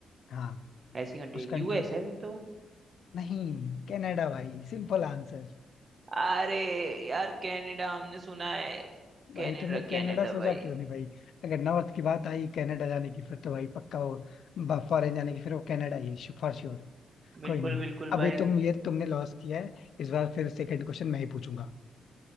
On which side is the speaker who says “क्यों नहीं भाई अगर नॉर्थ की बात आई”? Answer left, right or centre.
Left